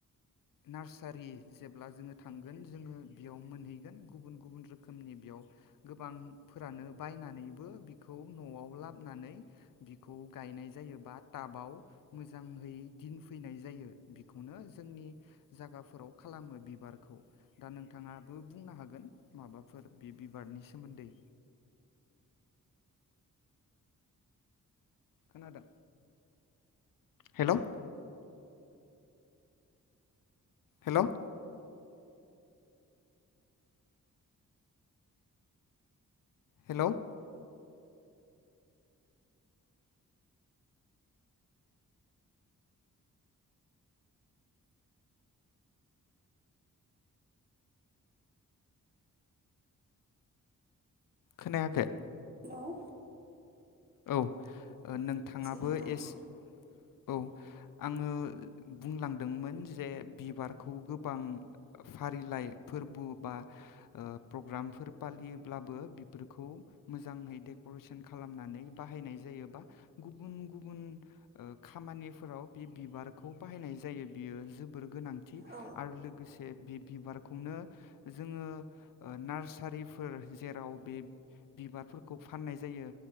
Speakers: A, on the left (about 80°); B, on the right (about 30°).
A: नार्सारि जेब्ला जोङो थांगोन जोङो बेयाव मोनहैगोन गुबुन गुबुन रोखोमनि बेयाव गोबांफोरानो बायनानैबो बिखौ न'आव लाबोनानै बिखौ गायनाय जायो बा टाबाव मोजाङै दिनफैनाय जायो बेखौनो जोंनि जायगाफोराव खालामो बिबारखौ दा नोंथाङाबो बुंनो हागोन माबाफोर बे बिबारनि सोमोन्दै खोनादों हेल' हेल' हेल' खोनायाखै
B: हेल'
A: औ नोंथाङाबो
B: नोंथांखौ
A: एस औ आङो बुंलांदोंमोन जे बिबारखौ गोबां फारिलाइ फोरबो बा ओ प्रग्रामफोर फालियोब्लाबो बिफोरखौ मोजाङै डेक'रेसन खालामनानै बाहायनाय जायोबा गुबुन गुबुन ओ खामानिफोराव बे बिबारखौ बाहायनाय जायो बियो जोबोर गोनांथि थि
B: औ
A: आरो लोगोसे बे बिबारखौनो जोङो नार्सारिफोर जेराव बे बिबारफोरखौ फाननाय जायो